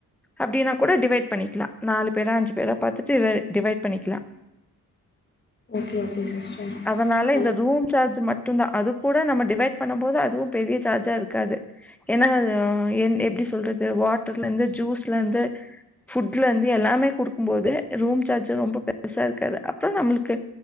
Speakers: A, in the centre; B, on the left.
A: அப்படின்னா கூட டிவைட் பண்ணிக்கலா நாலு பேரா அஞ்சு பேரா பாத்துட்டு டிவைட் பண்ணிக்கலா <inaudible>
B: ஓகே ஓகே சிஸ்டர்
A: அதனால
B: எனக்கு
A: இந்த ரூம் சார்ஜ் மட்டுந்தா அது கூட நம்ம டிவைட் பண்ணும் போது அதுவும் பெரிய சார்ஜா இருக்காது என்னங்க என் எப்டி சொல்றது வாட்டர்ல இருந்து ஜூஸ்ல இருந்து ஃபுட்ல இருந்து எல்லாமே குடுக்கும் போது ரூம் சார்ஜ் ரொம்ப பெருசா இருக்காது அப்பற நம்மளுக்கு